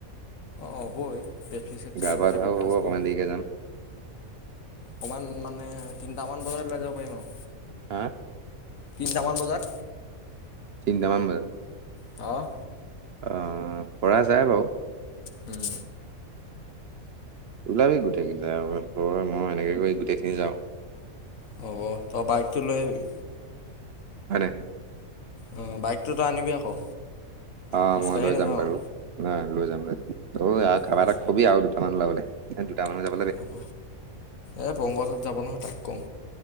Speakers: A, on the left (about 70°); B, on the right (about 60°).
A: অঁ বৈ পেপচি চেপচি
B: গা
A: লৈ
B: পা
A: যাতে
B: ধোৱাও
A: বিন্দাছ
B: হ'ব অকণমান
A: বৈ
B: দেৰিকে যাম।
A: অকণমান মানে তিনিটামান বজাত ওলাই যাব পাৰিম আৰু।
B: হা?
A: তিনিটামান বজাত।
B: তিনিটামান বজাত
A: অ'।
B: অ' পৰা যায় বাৰু।
A: উম।
B: ওলাবি গোটেইকেইটাই তই মই এনেকে কৰি গোটেইখিনি যাওঁ।
A: হ'ব তই বাইকটো লৈ আহিবি।
B: হয় নাই।
A: অ' বাইকটোতো আনিবি আকৌ।
B: অ'
A: খোজকাঢ়ি
B: মই লৈ
A: নাযাওঁ
B: যাম বাৰু ন লৈ যাম লৈ যাম তই আৰু কাবা
A: খোজ
B: এতাক কবি আৰু। <unintelligible> সেহেত দুটা মান যাব।
A: হ'ব এই পংকজত যাব নহয় তাক ক'ম।